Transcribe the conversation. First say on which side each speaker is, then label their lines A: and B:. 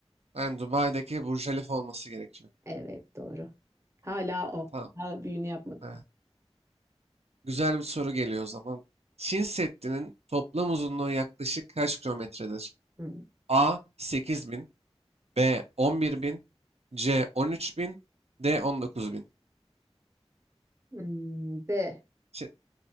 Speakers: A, on the right; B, on the right.
A: Yani Dubai'deki Burj Khalifa olması gerekiyor.
B: Evet doğru. Hala o.
A: Tamam.
B: Hala büyüğünü yapmadılar.
A: evet. Güzel bir soru geliyor o zaman. Çin Seddi'nin toplam uzunluğu yaklaşık kaç kilometredir?
B: Hmm.
A: A 8000, B 11000, C 13000, D 19000.
B: Hmm, D.
A: Çin-